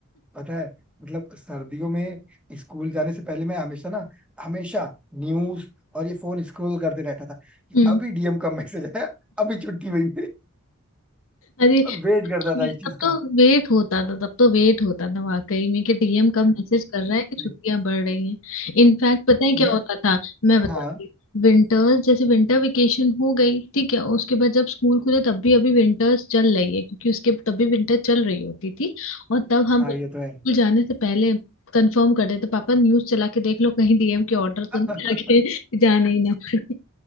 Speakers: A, in the centre; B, on the left.
A: पता है मतलब सर्दियों में स्कूल जाने से पहले मैं हमेशा ना हमेशा न्यूज और ये फोन स्क्रॉल करते रहता था कि
B: हम्म
A: अभी डीएम का मैसेज आया अभी छुट्टी हुई मेरी
B: अरे
A: मैं वेट करता था इस चीज
B: तब तो
A: का
B: वेट होता था तब तो वेट होता था वाकई में कि डीएम कब मैसेज
A: <laughs>
B: कर रहा है कि छुट्टियां बढ़ रही हैं इनफैक्ट पता है
A: मैं
B: क्या होता था मैं बताती
A: हाँ
B: विंटर्स जैसे विंटर वेकेशन हो गई ठीक है उसके बाद जब स्कूल खुले तब भी अभी विंटर्स चल रही है क्योंकि उसके तब भी विंटर चल रही होती थी और तब हम
A: हाँ
B: स्कूल
A: ये तो है
B: जाने से पहले कंफर्म कर देते पापा न्यूज चला के देख लो कहीं डीएम के ऑर्डर
A: <laughs>
B: तो नहीं आ गए जाने ही ना पड़े